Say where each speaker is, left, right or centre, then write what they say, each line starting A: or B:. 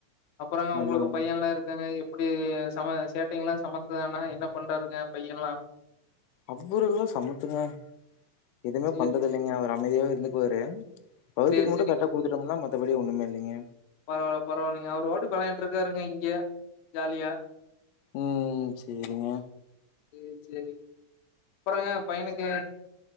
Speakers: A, on the left; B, on the left.
A: அப்றங்க
B: நல்லது
A: உங்ளுக்கு பையல்லா இருக்காங்க எப் எப்டி சம சேட்டைங்லா சமத்துதானா என்ன பண்றாருங்க பையன்லா
B: அவ்ரு எல்லா சமத்துங்க எதுமே
A: சேரி,
B: பண்றது
A: சேரி.
B: இல்லைங்க அவரு அமைதியாவே இருந்துக்குவாரு வவுத்துக்கு
A: சேரி
B: மட்டு
A: சேரிங்க.
B: கரெட்டா குடுத்துட்டம்னா மத்தபடி ஒன்னுமே இல்லைங்க
A: பரவால்ல பரவால்லைங்க அவரு பாட்டுக்கு வெளயாண்டுட்டு இருக்காருங்க இங்க ஜாலியா
B: ம் ம் சேரிங்க
A: சேரி சேரிங்க அப்பறங்க பையனுக்கு